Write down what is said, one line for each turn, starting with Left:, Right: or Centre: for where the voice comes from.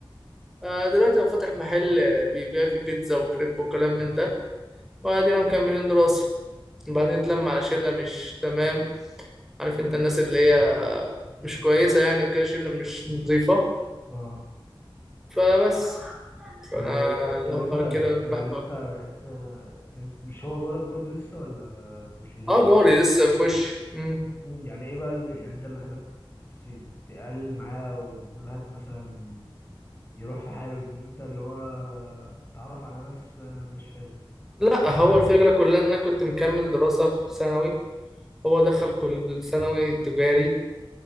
Centre: آه دلوقتي هو فاتح محل آه، بيبيع فيه بيتزا وكريب وكلام من ده وادينا مكملين دراسة وبعدين
Left: و-
Centre: اتلم على شلة مش تمام عارف انت الناس اللي هي مش كويسة يعني وكده شلة مش نظيفة
Left: اه
Centre: فبس فانا
Left: طب و...
Centre: اللي
Left: طب
Centre: هو
Left: انت
Centre: كده كل
Left: يعني
Centre: واحد بقى-
Left: انت انت انت مش هو جارك برضو لسه ولا انت مش جيران؟
Centre: اه جاري لسه في وشي مم.
Left: مم، يعني ايه بقى اللي يعني انت اللي خلاك تس- تقلل معاه وكل واحد مثلا يروح في حاله ان انت اللي هو تعرف على ناس مش حلو ناس
Centre: لا
Left: مش
Centre: هو الفكرة كلها ان انا كنت مكمل دراسة في ثانوي هو دخل كل ثانوي تجاري